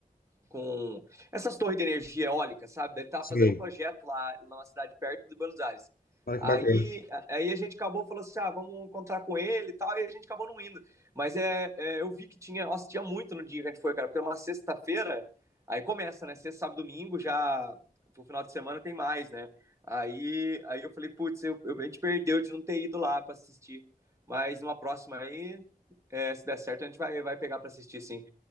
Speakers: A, on the right (about 20°); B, on the left (about 70°).
A: com essas torres de energia eólica, sabe? Ele estava
B: sim
A: fazendo um projeto lá numa cidade perto de Buenos Aires.
B: olha
A: Aí,
B: que bacana,
A: aí a gente acabou falando assim, ah, vamos encontrar com ele e tal, e a gente acabou não indo. Mas é, é, eu vi que tinha, nossa, tinha muito no dia que a gente foi, cara, porque é uma sexta-feira, aí começa, né? Sexta, sábado, domingo, já pro final de semana tem mais, né? Aí, aí eu falei, putz, eu, eu, a gente perdeu de não ter ido lá para assistir. Mas numa próxima aí, é, se der certo, a gente vai, vai pegar para assistir, sim.